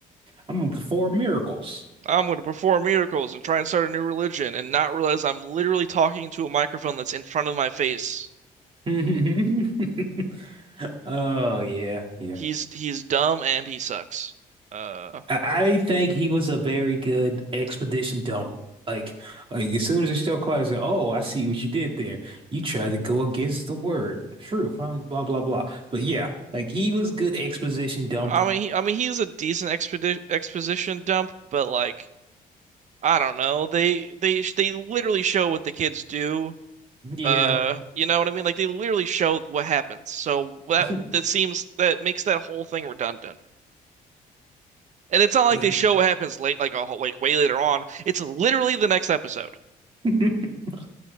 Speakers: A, on the right (about 35°); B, on the right (about 50°).
A: gonna perform miracles.
B: I'm going to perform miracles and try and start a new religion and not realize I'm literally talking to a microphone that's in front of my face.
A: <laughs> Oh yeah, yeah.
B: He's he's dumb and he sucks. Uh,
A: I I think he was a very good expedition dump. Like, like as soon as the show called, I said, "Oh, I see what you did there. You tried to go against the word, the truth, huh? Blah blah blah." But yeah, like he was good exposition dump.
B: I mean, he, I mean, he's a decent expedi exposition dump, but like, I don't know. They they they literally show what the kids do.
A: Yeah,
B: Uh, you know what I mean? Like they literally show what happens. So that
A: <laughs>
B: that seems that makes that whole thing redundant. And it's not like
A: Yeah.
B: they show what happens late, like a whole, like way later on. It's literally the next episode.
A: <laughs>